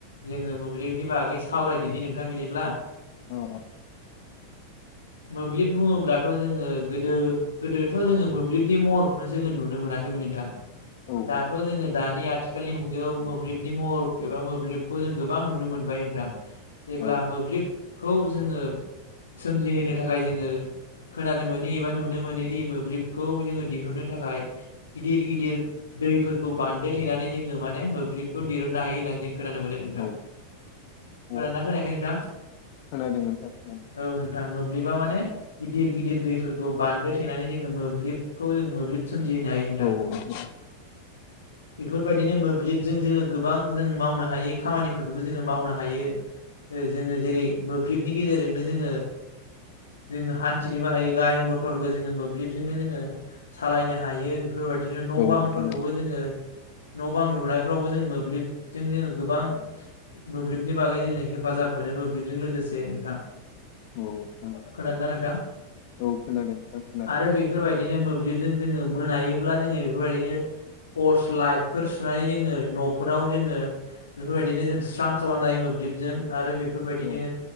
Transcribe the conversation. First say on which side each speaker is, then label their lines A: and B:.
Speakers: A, on the left; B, on the left.
A: जोङो मोब्लिबनि बागै सावरायदिनि नोंथां बिदिब्ला
B: औ <inaudible>
A: मोब्लिब बुङोब्लाथ' जोङो गोदो गोदोथ' जोङो मोब्लिबनि महरखौनो जोङो नुनो मोनाखैमोन नोंथां
B: औ
A: दाथ' जोङो दानि आथिखालनि मुगायाव मोब मोब्लिबनि महर एबा मोब्लिबखौ जों गोबां नुनो मोनबाय नोंथां जेब्ला
B: औ
A: मोब्लिब खौ जोङो सोमजिहोनो थाखाय जोङो खोनानो मोनि एबा नुनो मोनोदि मोब्लिबखौ जोङो दिहुनो थाखाय गिदिर गिदिर दैफोरखौ बान्दो थेनानै जोङो माने मोब्लिबखौ दिरुननो हायो होननानै जों खोनानो मोनो नोंथां
B: औ औ
A: खोनादोंना खोनायाखै नोंथां
B: खोनादों नोंथां खोनादों
A: औ नोंथां मोब्लिबा माने गिदिर गिदिर दैफोरखौ बान्दो थेनानै जोङो मोब्लिबखौ जों मोब्लिब सोमजिहोनो हायो नोंथां
B: औ औ नोंथां
A: बेफोरबायदिनो मोब्लिबजों जोङो गोबां जों मावनो हायै खामानिफोरखौबो जोङो मावनो हायो। जोङो जेरै मोब्लिबनि गेजेरजोंनो जोङो जोङो हान्थिनोबो हायो गारि मथरबो जोङो मोब्लिबजोंनो जोङो सालायनो हायो बेफोरबायदिनो न'
B: औ नोंथां
A: बांफोरखौबो जोङो न' बां लुनायफ्रावबो जों मोब्लिबजों जोङो गोबां मोब्लिबनि बागै जोङो हेफाजाब मोनोमोन मोब्लिबजों लोगोसे नोंथां
B: औ नोंथां
A: खोनादोंना
B: औ
A: नोंथां
B: औ खोनादों नोंथां खोनादों
A: आरो बेफोरबायदिनो मोब्लिबजों जोङो मोनायोब्ला जोङो बेफोरबायदिनो टर्स लाइटफोर सुनानै जोङो न'फोराव जोङो बेफोरबायदिनो जों स्रां खालामनाय मोब्लिबजों आरो बेफोरबायदिनो
B: औ